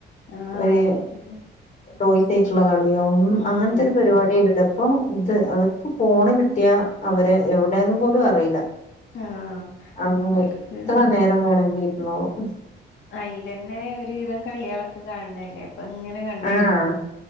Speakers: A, on the left; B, on the left.
A: ആഹ്
B: ഒരു ടോയ്സയിട്ടുള്ള കളിയും
A: ഉം
B: അങ്ങനത്തെ ഒരു പരിപാടില്ലാ അപ്പൊ ഇത് അവർക്ക് ഫോണ് കിട്ടിയാ അവര് എവിടെന്ന് പോലും അറിയില്ല
A: ആഹ്
B: അങ്ങനെ
A: ഓൽക്ക്
B: എത്ര നേരം വേണമെങ്കിലും ഇരുന്നോളും
A: അയിൽന്നെ ഒരുവിധം കളികളക്ക് കാണണല്ലേ അപ്പൊ ഇങ്ങനെ കണ്ടിരിക്കും
B: ആഹ്